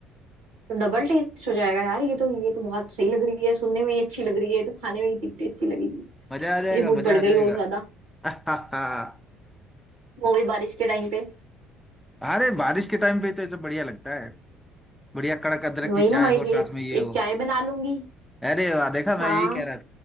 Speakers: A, on the right; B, in the centre.
A: तो डबल टेस्ट हो जाएगा यार ये तो ये तो बहुत सही लग रही है सुनने में ही अच्छी लग रही है ये तो खाने में कितनी टेस्टी लगेगी
B: मजा आ जाएगा
A: मेरी भूख
B: मजा
A: बढ़
B: आ
A: गई
B: जाएगा
A: और ज्यादा
B: <laughs>
A: वो भी बारिश के टाइम पे
B: अरे बारिश के टाइम पे तो ये तो बढ़िया लगता है बढ़िया कड़क अदरक
A: वही
B: की चाय
A: ना एक
B: हो और
A: एक,
B: साथ में ये
A: एक
B: हो
A: चाय बना लूंगी
B: अरे वाह देखा
A: हाँ
B: मैं यही कह रहा